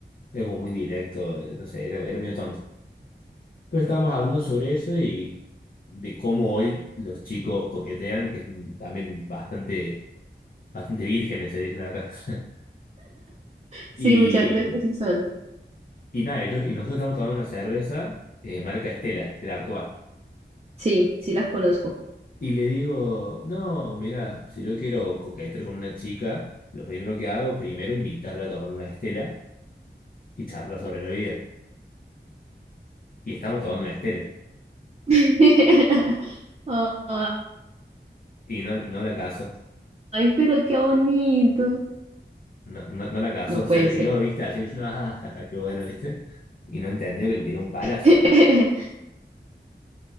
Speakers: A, on the left; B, on the right.
A: era como muy directo, eh, no sé, era, era medio tonto. Entonces estábamos hablando sobre eso y de cómo hoy los chicos coquetean, que es también bastante, bastante vírgenes, se dicen acá. <laughs>
B: sí,
A: Y
B: muchas veces sí son.
A: Y nada, y, yo- y nosotros estamos tomando una cerveza, eh, marca Estela, Estela Artois.
B: Sí, sí las conozco.
A: Y le digo, no, mira, si yo quiero coquetear con una chica, lo primero que hago, primero invitarla a tomar una Estela y charlar sobre la vida. Y estamos tomando una Estela.
B: <laughs>
A: Y no, no la casó,
B: Ay, pero qué bonito.
A: no, no, no la casó,
B: No
A: se
B: puede
A: rió,
B: ser.
A: ¿viste? Así que yo, no, <laughs> ah, qué bueno, ¿viste? Y no entendió que le tiró un palazo.
B: <laughs>